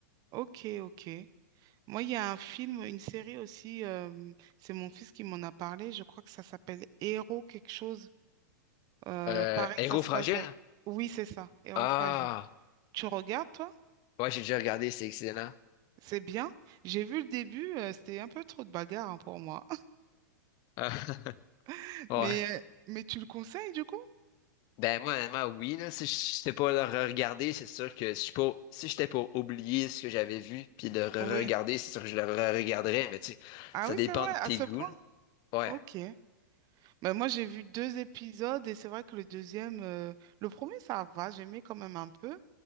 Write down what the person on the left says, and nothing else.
Euh,
Héros
fragile?
Ah,
ouais, j'ai déjà regardé, c'est excellent.
Ah,
<laughs> ouais.
Ben moi, honnêtement, oui, là, si j'étais pas le regarder c'est sûr que si je pas, si j'étais pas oublié ce que j'avais vu, puis le re-regarder,
c'est sûr que je le re-regarderais, mais tu sais,
ça
dépend
de
tes
goûts.
là. Ouais.